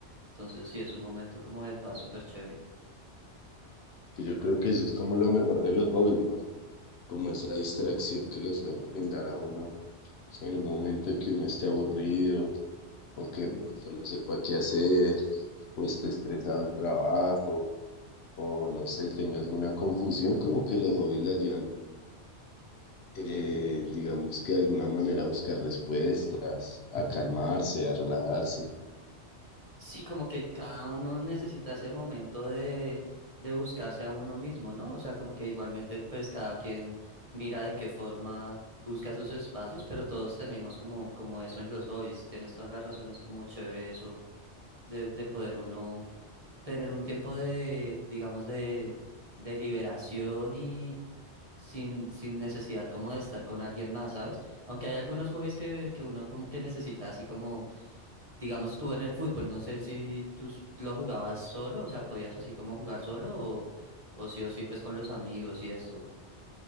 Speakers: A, on the right; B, on the left.
A: Entonces sí, es un momento como de paz súper chévere.
B: Que yo creo que eso es como lo mejor de los hobbies, ¿no? Como esa distracción que le pueden brindar a uno en un momento que uno esté aburrido. o que de pronto no sepa qué hacer, o esté estresado el trabajo, o no sé, tenga alguna confusión, como que los hobbies le ayudan, eh, digamos que de alguna manera a buscar respuestas, a calmarse, a relajarse.
A: Sí, como que cada uno necesita ese momento de, de buscarse a uno mismo, ¿no? O sea, como que igualmente pues cada quien mira de qué forma busca sus espacios, pero todos tenemos como, como eso en los hobbies. Tienes todas las razones como chévere eso de, de poder uno tener un tiempo de, digamos, de, de liberación y sin, sin necesidad como de estar con alguien más, ¿sabes? Aunque hay algunos hobbies que, que uno como que necesita así como Digamos tú en el fútbol, no sé si tú s- lo jugabas solo, o sea, podías así como jugar solo o, o sí o sí pues con los amigos y esto.